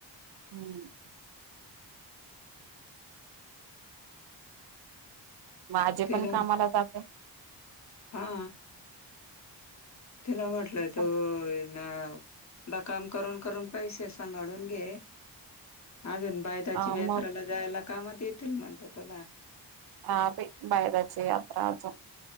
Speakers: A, on the right; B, on the left.
A: हम्म. माझे
B: तिला
A: पण कामाला जाते.
B: हा. तिला म्हटलं
A: का?
B: तू ना काम करून करून पैसे सांभाळून घे. अजून बायदाची
A: हा
B: यात्राला
A: मग
B: जायला कामात येतील म्हणत तुला
A: हा बायरची यात्रा आजो.